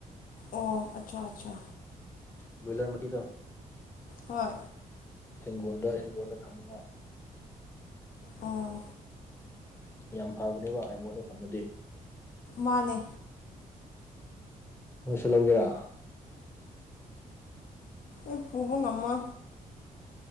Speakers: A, on the left; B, on the left.
A: ꯑꯣ ꯑꯆꯥ ꯑꯆꯥ
B: ꯕꯣꯏꯂꯔ ꯃꯥꯇꯤꯗꯣ
A: ꯍꯣꯏ
B: ꯍꯤꯡꯒꯣꯜꯗ ꯍꯤꯡꯒꯣꯟꯜꯗ ꯊꯝꯅꯤꯡꯉꯥꯏ
A: ꯑꯥ
B: ꯌꯥꯝ ꯐꯕꯅꯦꯕ ꯑꯩꯉꯣꯟꯗ ꯊꯝꯅꯗꯦ
A: ꯃꯥꯅꯦ
B: ꯅꯣꯏꯁꯨ ꯂꯧꯒꯦꯔꯥ
A: ꯑꯦ ꯄꯨꯕ ꯉꯃ